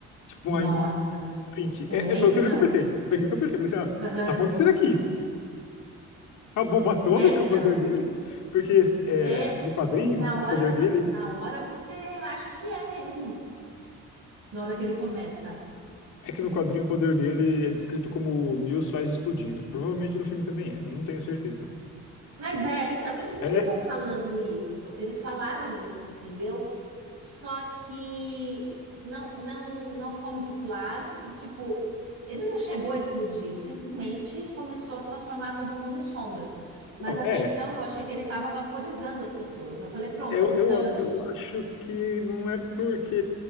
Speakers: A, on the left; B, on the right.
A: Tipo,
B: Nossa,
A: um print.
B: é
A: É, é, foi
B: então.
A: aquilo que eu pensei. Foi aquilo que eu pensei. Falei assim, ó, o
B: Aham.
A: que tá acontecendo aqui? A bomba atômica,
B: É então.
A: o poder dele? Porque é,
B: É
A: no quadrinho,
B: na hora
A: o poder
B: da,
A: dele
B: na hora você acha que é mesmo. Na hora que ele começa.
A: É que no quadrinho o poder dele é descrito como mil sóis explodindo. Provavelmente no filme também é, eu não tenho certeza.
B: Mas é, então, eles
A: É?
B: ficam falando isso, eles falaram isso, entendeu? Só que não, não, não ficou muito claro e, tipo, ele não chegou a explodir, ele simplesmente começou a transformar todo mundo em sombra. Mas
A: Não,
B: até
A: é.
B: então eu achei que ele estava vaporizando as pessoas. Eu falei, pronto,
A: Eu,
B: é um
A: eu,
B: Thanos.
A: eu acho que não é porque